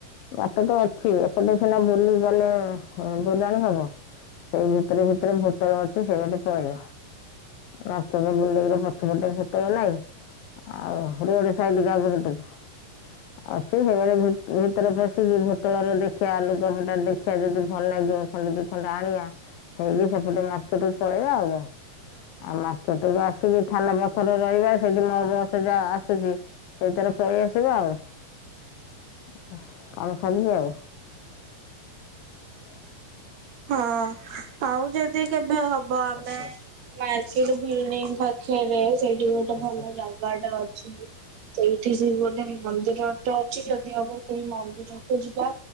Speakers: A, on the left; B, on the right.
A: ବାଟ ତ ଅଛି ଏପଟେ ସିନା ବୁଲି ଗଲେ ବୁଲାଣି ହବ, ସେଇ ଭିତରେ ଭି ଭରେ ଭୂତଳ ଅଛି ସେଇ ପଟେ ପଳେଇବ। <unintelligible> ପଛପଟେ ଭୂତଳ ନାଇଁ। ଆଉ ରୋଡ ସାଇଟ୍ ଟା ବୁଲୁଥିବୁ। ଅଛି ସେମାନେ ଭିତରେ ପଶିକି ଭୋଟଳରେ ଦେ ସାଲୁ କପଡା ଦେଖିବା ଯଦି ଭଲ ଲାଗିବ ଖଣ୍ଡେ ଦି ଖଣ୍ଡ ଆଣିବା। ହେଇକି ସେପଟେ ମାର୍କେଟୁ ପଳେଇବା ଆଉ କଣ, ଆଉ ମାର୍କେଟ ରୁ ଆସିକି ଥାନା ପାଖରେ ରହିବା ସେଠି ମୋ ବସ ଯା ଆସୁଛି ସେଇଥିରେ ପଳେଇ ଆସିବା ଆଉ। <unintelligible> ହ୍ୟାଲୋ
B: ହଁ, ଆଉ ଯେଦି କେବେ ହବ
A: ଶୋଇପଡୁଛି
B: ଆମେ ମାର୍କେଟ୍ ବିଲ୍ଡିଂ ପାଖେରେ ସେଇଠି ଗୋଟେ
A: ଶୋଇପଡୁଛି
B: ଭଲ ଜାଗାଟେ ଅଛି, ସେଇଠି ସେ ଗୋଟେ ବି ମନ୍ଦିର ଅଛି ଯଦି <unintelligible> ସେଇ ମନ୍ଦିରକୁୁ ଯିବା,